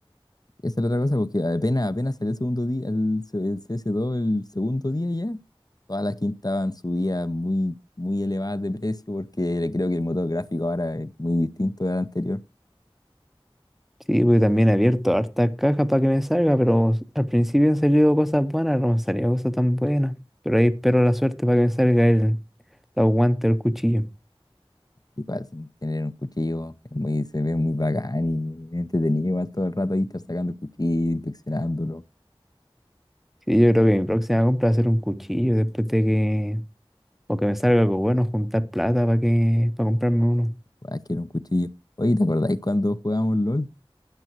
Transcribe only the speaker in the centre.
Sí, porque también he abierto hartas cajas para que me salga, pero al principio han salido cosas buenas, no me salía cosas tan buenas. Pero ahí espero la suerte para que me salga el, los guantes, el cuchillo.
Sí, yo creo que mi próxima compra va a ser un cuchillo después de que, o que me salga algo bueno, juntar plata para que, para comprarme uno.